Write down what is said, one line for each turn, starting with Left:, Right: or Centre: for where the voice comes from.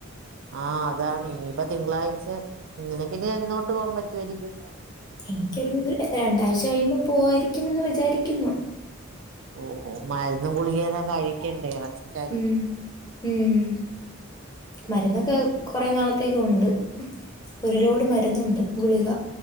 Right: ആഹ് അതാണ് ഇനിയിപ്പോ തിങ്കളാഴ്ച നിനക്കിനി എന്ന് തൊട്ട് പോവാൻ പറ്റുവായിരിക്കും
Left: എനിക്കൊരു രണ്ടാഴ്ച കഴിയുമ്പോ പോവായിരിക്കുമെന്ന് വിചാരിക്കുന്നു
Right: ഓഹ് ഓഹ് മരുന്നും ഗുളികയൊക്കെ കഴിക്കണ്ടേ ആയിരിക്കും
Left: ഉം ഉം മരുന്നൊക്കെ കൊറേ നാളത്തേക്ക്‌ ഉണ്ട് ഒരു ലോഡ്‌ മരുന്നുണ്ട് ഗുളിക